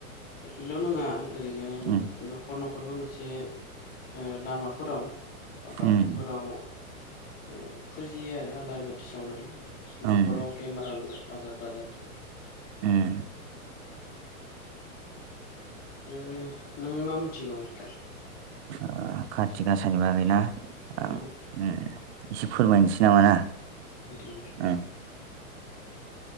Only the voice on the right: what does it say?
उम
उम
उम
उम
ओ खाथि गासानि बागैना आं
उम एसे फोरमायनोसै नामा ना
उम